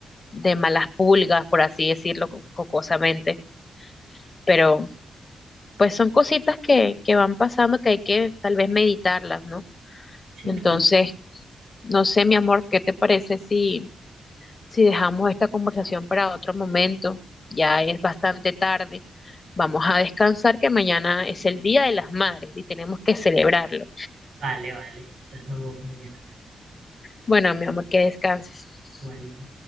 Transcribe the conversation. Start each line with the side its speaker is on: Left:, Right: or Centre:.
Left: de malas pulgas, por así decirlo co- jocosamente, pero pues son cositas que, que van pasando que hay que tal vez meditarlas, ¿no?
Right: Sí,
Left: Entonces,
Right: claro.
Left: no sé, mi amor, ¿qué te parece si... Si dejamos esta conversación para otro momento, ya es bastante tarde. Vamos a descansar que mañana es el Día de las Madres y tenemos que celebrarlo.
Right: Vale, vale. Entonces nos vemos mañana, mi amor.
Left: Bueno, mi amor, que descanses.
Right: Igual tú.